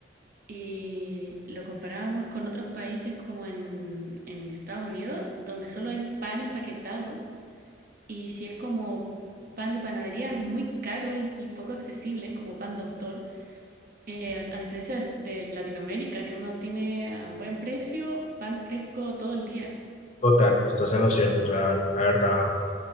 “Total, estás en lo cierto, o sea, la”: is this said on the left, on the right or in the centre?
Left